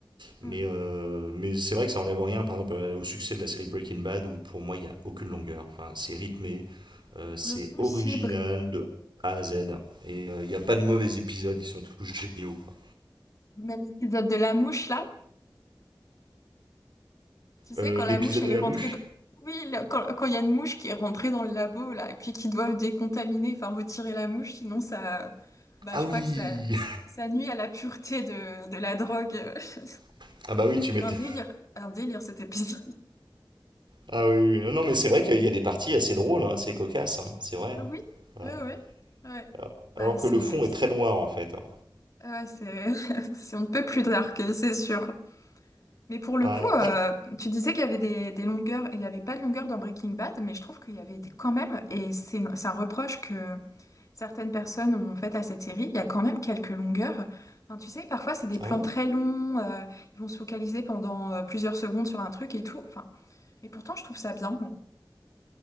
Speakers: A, on the right; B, on the left.
A: mais,
B: Mm.
A: euh, mais c'est vrai que ça enlève rien, par exemple, au succès de la série Breaking Bad, où pour moi, il y a aucune longueur. Enfin, c'est rythmé, Euh, c'est
B: Pour le coup,
A: original
B: si, br-
A: de A à Z. Et il euh, n'y a pas de mauvais épisodes, ils sont tous géniaux. quoi.
B: même l'épisode de la mouche, là, tu sais,
A: Euh,
B: quand
A: L'épisode
B: la mouche, elle
A: de la
B: est rentrée
A: mouche
B: dans... Oui, le- quand, quand il y a une mouche qui est rentrée dans le labo, là, et puis qui doivent décontaminer, enfin, retirer la mouche, sinon ça... Bah,
A: Ah
B: je
A: oui
B: crois que ça, ça nuit à la pureté de, de la drogue. <laughs>
A: <laughs> Ah bah oui, tu
B: Il y
A: m'étonnes.
B: a eu un délire, un délire cet épisode.
A: Ah oui, oui. Non, non, mais c'est
B: <laughs> Pas
A: vrai
B: trop-
A: qu'il y a des parties assez drôles, hein, assez cocasses, hein, c'est vrai. hein.
B: Oui,
A: Ouais.
B: oui, oui. Ouais.
A: Alors,
B: Bah,
A: alors que
B: c'est...
A: le fond
B: c'est-
A: est très noir en fait. hein.
B: ouais, c'est... <laughs> c'est- On ne peut plus dark, c'est sûr. Mais pour le
A: Ouais.
B: coup, euh, tu disais qu'il y avait des, des longueurs, il n'y avait pas de longueur dans Breaking Bad, mais je trouve qu'il y avait des- quand même, et c'est c'est un reproche que certaines personnes ont fait à cette série, il y a quand même quelques longueurs. Enfin, tu sais, parfois c'est des
A: Ah
B: plans
A: ouais
B: très longs, euh, ils vont se focaliser pendant euh, plusieurs secondes sur un truc et tout. Enfin, mais pourtant, je trouve ça bien. Bon,